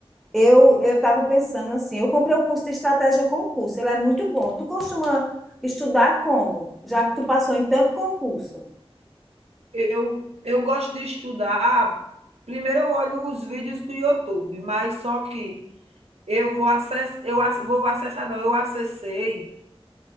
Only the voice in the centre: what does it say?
eu eu estava pensando assim, eu comprei o curso de estratégia concurso, ele é muito bom. Tu costuma estudar como? Já que tu passou em tanto concurso.